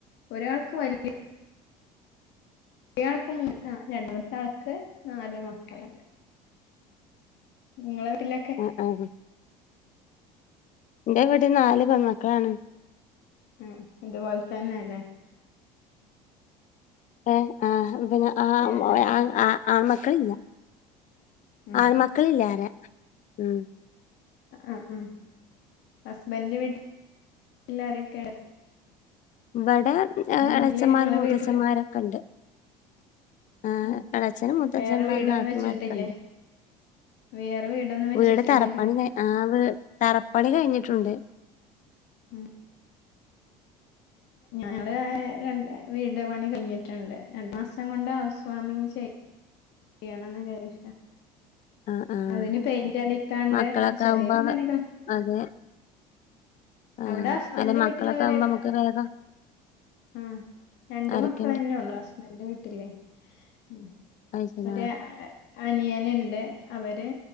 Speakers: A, on the left; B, on the left.
A: ഒരാൾക്ക് വല്ല്യ ആൾക്ക് മൂന്ന് രണ്ടാമത്തെ ആൾക്ക് നാല് മക്കള്ണ്ട്. ഇങ്ങളെ വീട്ടില്
B: ആഹ് ആഹ് ഇന്റെ വീട്ടില് നാല് പെൺമക്കളാണ്
A: ഉം ഇതുപോൽ തന്നെലെ
B: ഏഹ് ആഹ് പിന്നെ ആഹ് ഉം
A: അതേപോലെ
B: ആ ആ ആൺമക്കളില്ല
A: ഉം
B: ആൺമ ക്കളിലാര ഉം
A: ആഹ് ഉം ഹസ്ബൻഡിൻ്റെ വീട്ടിലാരക്കെ ഇള്ളേ
B: ഇബടെ ഹ് എളെച്ചന്മാരും
A: വീട്ടില് നിങ്ങളെ
B: മൂത്തച്ഛന്മാരൊക്കെ
A: വീട്ടില്
B: ഇണ്ട്. ആഹ്
A: ഉം
B: എളേച്ഛനും മൂത്തച്ഛന്മാരും
A: വേറെ വീടൊന്നും
B: നാത്തൂന്മാരൊക്കെ
A: വെച്ചിട്ടില്ലേ
B: ഇണ്ട്.
A: വേറെ വീടൊന്നും വെച്ചിട്ടില്ലേ
B: വീട് തറപ്പണി
A: ചോയിക്ക
B: ആഹ് വീ തറപ്പണി കഴിഞ്ഞിട്ടുണ്ട്.
A: ഉം ഞങ്ങള് രണ്ട് വീട് പണി കഴിഞ്ഞിട്ടുണ്ട് രണ്ട് മാസം കൊണ്ട് ഹൗസ് ഫാമിംഗ് ചെയ്യ യ്യണംന്ന് കരീക്ക.
B: ആഹ് ആഹ്
A: അതിന് പെയിന്റ് അടിക്കാണ്ട്.
B: മക്കളൊക്കെ
A: ചെറിയ
B: ആകുമ്പോ
A: പണികള്.
B: വ- അതെ ആഹ്
A: അവിടെ ഹസ്ബൻഡിൻ്റെ
B: അല്ല മക്കളൊക്കെ
A: വീട്ടില് അവര്
B: ആകുമ്പോ നമുക്ക്
A: ഹ്.
B: വേഗം
A: ഉം രണ്ട്
B: ആരൊക്കെണ്ട്
A: മക്കളെന്നെ ഒള്ളു ഹസ്ബൻഡിൻ്റെ വീട്ടില്. ഉം
B: അത് ശരി
A: ഒരാ അഹ് അനിയൻ ഇണ്ട്. അവര്